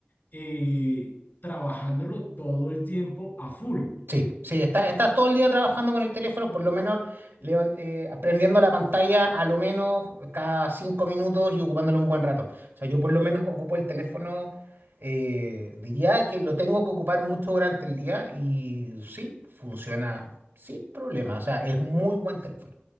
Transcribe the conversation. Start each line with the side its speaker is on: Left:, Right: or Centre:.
Left: eh, trabajándolo todo el tiempo a full.
Right: Sí, sí, estás está todo el día trabajando con el teléfono, por lo menos levan- eh, aprendiendo la pantalla a lo menos cada cinco minutos y ocupándolo un buen rato. O sea, yo por lo menos ocupo el teléfono, eh, diría que lo tengo que ocupar mucho durante el día y sí, funciona sin problema. O sea, es muy buen teléfono.